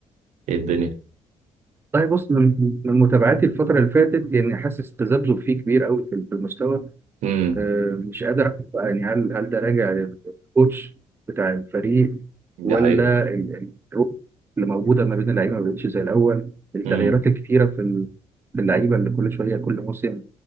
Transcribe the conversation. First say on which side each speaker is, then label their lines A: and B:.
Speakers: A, on the right; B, on the right.
A: ايه الدنيا
B: والله بص من من متابعاتي الفترة اللي فاتت يعني حاسس تذبذب فيه كبير قوي في في المستوى
A: امم
B: آه، مش قادر أحكم بقى يعني هل هل ده راجع للكوتش بتاع الفريق
A: دي
B: ولا
A: حقيقة
B: ال- ال- الروح اللي موجودة ما بين اللعيبة ما بقتش زي الأول التغييرات
A: امم
B: الكتيرة في ال- في اللعيبة اللي كل شوية كل موسم